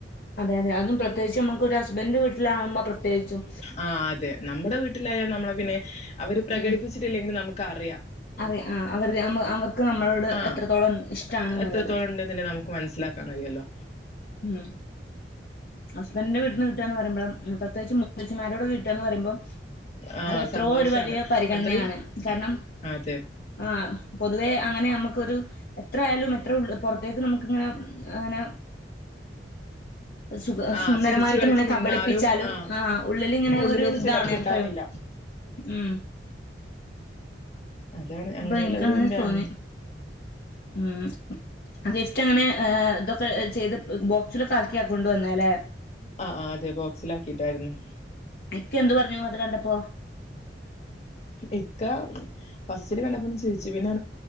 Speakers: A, on the left; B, on the left.
A: അതെ അതെ അതും പ്രത്യേകച്ച് നമക്ക് ഒരരു ഹസ്ബൻഡറ് വീട്ടിലാകുമ്പൾ പ്രത്യേകിച്ചും
B: ആ അതെ നമ്മുടെ വീട്ടിലായ നമ്മളെ പിന്നെ അവര് പ്രകടിപ്പിച്ചിട്ടില്ലെങ്കിലും
A: ഉം
B: നമുക്ക് അറിയാം
A: അറിയ ആഹ് അവർ അവർക്ക് നമ്മളോട്
B: ആഹ്
A: എത്രത്തോളം ഇഷ്ടണെന്നുള്ളത്
B: എത്രത്തോളം നമുക്ക് മനസിലാക്കാൻ കഴിയല്ലോ
A: ഉം ഹസ്ബൻഡിന്റെ വീട്ടിൽന്ന് കിട്ടുകന്ന് പറയുമ്പോഴ പ്രത്യേകിച്ച് മൂത്തച്ചിമാരോടെ വ ന്ന് പറയുമ്പോം
B: ആഹ്
A: അത് എത്രോ
B: സന്തോഷാണ്
A: ഒരു വലിയ പരിഗണനയാണ്
B: അത്രയും
A: കാരണം
B: അതെ
A: ആ പൊതുവേ അങ്ങനെ നമ്മുക്കൊരു എത്രയാലും എത്ര ഉള്ള പുറത്തേക്ക് നമുക്ക് ഇങ്ങനെ അങ്ങനെ സുഖ
B: ആഹ്
A: സുന്ദരമായിട്ട്
B: ചിരിച്ചു കളിച്ച്
A: ഇങ്ങനെ കബളിപ്പിച്ചാലും
B: നിന്നാലും ആഹ്
A: ആ ഉള്ളിലിങ്ങനെ
B: ഉള്ളിലോട്ട്
A: ഒരു ഇതാണ്
B: ചിലർക്ക്
A: എപ്പഴും
B: ഇണ്ടാവില്ല
A: ഉം
B: അതാണ് അങ്ങനെയുള്ളവരും
A: അപ്പൊ എനക്ക് അങ്ങനെ
B: ഉണ്ട്
A: തോന്നി
B: ആഹ്
A: ഉം ഗിഫ്റ്റ് അങ്ങനെ ഇതൊക്കെ ചെയ്ത് ബോക്സിലൊക്കെ ആക്കി ആക്കൊണ്ട വന്ന അല്ലെ
B: ആ ആ് അതെ ബോക്സില ആാക്കിയിട്ടായിരുന്നു
A: എക്കെ എന്ത് പറഞ്ഞു അത് കണ്ടപ്പോ
B: ഇക്ക ഫസ്റ്റില് കണ്ടപ്പോന്ന ചിരിച്ചു പിന്നെ